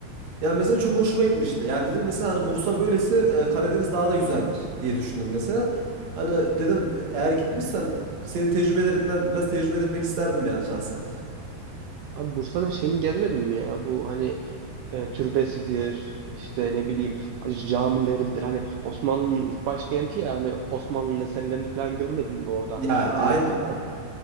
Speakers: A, on the right; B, on the right.
A: Yani mesela çok hoşuma gitmişti. Ya dedim mesela hani Bursa böylesi e, Karadeniz daha da güzeldir diye düşündüm mesela. Hani dedim eğer gitmişsen senin tecrübelerinden biraz tecrübe edinmek isterdim yani şahsen.
B: Abi Bursa'nın şeyini gezmedin mi ya? Bu hani e, türbesidir, işte ne bileyim camileridir. Hani Osmanlı'nın ilk başkenti ya hani Osmanlı'nın eserlerini falan görmedin mi orada?
A: Ya aynen.
B: Yani o-